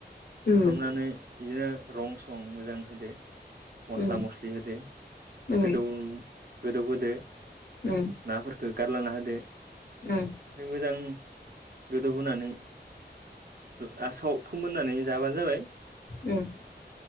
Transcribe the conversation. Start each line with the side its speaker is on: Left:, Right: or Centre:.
Left: उम
Right: एफ्रामनानै इयो रं सं मोजां होदो मस्ला
Left: उम
Right: मस बे होदो
Left: उम
Right: गोदौ गोदौ होदो।
Left: उम
Right: नाफोरखो गारलाना होदो।
Left: उम
Right: ओ मोजां गोदौ होनानै ओ लासाव फोमोननानै जाबानो जाबाय।
Left: उम